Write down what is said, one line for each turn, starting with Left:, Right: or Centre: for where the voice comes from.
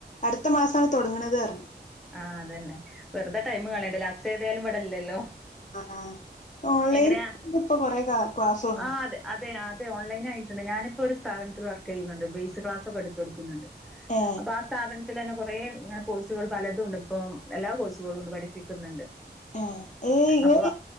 Left: അടുത്ത മാസമാണ് തുടങ്ങണത്റഞ്ഞ്.
Centre: അതന്നെ വെറുത ടൈം കളേണ്ടല്ല ഹസ് ഏതായാലും ഇവിടെ ഇല്ലല്ലോ.
Left: ആ ഓൺലൈൻ
Centre: എങ്ങനെയാ
Left: ഇപ്പ കൊറെ ക ക്ലാസ് വന്നണ്.
Centre: ആഹ് അതെ അതെ അതെ ഓൺലൈൻ ആയിട്ടുണ്ട് ഞാനിപ്പോൾ ഒരു സ്ഥാപത്തിനൽ വർക്ക് ചെയ്യുന്നുണ്ട് ബേസ് ക്ലാസ് ഒക്കെ എടുത്തു കൊടുക്കുന്നുണ്ട്.
Left: ഏ
Centre: അപ്പൊ ആ സ്ഥാപനത്തിൽ തന്നെ കൊറേ ഇങ്ങനെ കോഴ്സു പലതുംണ്ട് ഇപ്പം എല്ലാ കോഴ്സുകളും ഉണ്ട് പഠിപ്പിക്കുന്നുണ്ട്.
Left: ആ ഏ ഇങ്ങ
Centre: അപ്പൊ